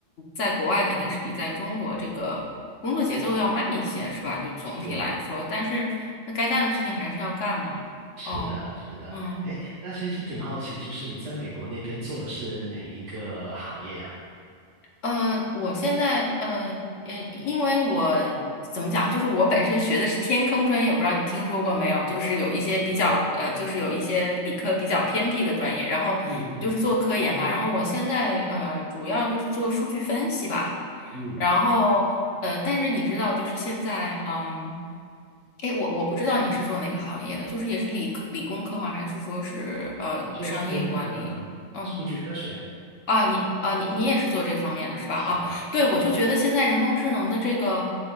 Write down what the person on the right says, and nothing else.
是
是的，
是的。
哎，那其实挺好奇，就是你在美国那边做的是哪一个行业呀、
是
嗯嗯
嗯，
我做是那个数据科学。
是的，
是的，